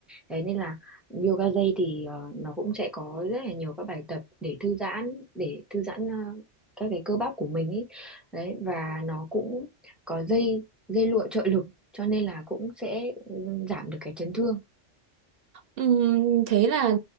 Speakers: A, in the centre; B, on the right.
A: Thế nên là yoga dây thì ờ, nó cũng sẽ có rất là nhiều các bài tập để thư giãn, để thư giãn ờ, các cái cơ bắp của mình ý. Đấy, và nó cũng có dây dây lụa trợ lực cho nên là cũng sẽ ừ, giảm được cái chấn thương.
B: Ừm, thế là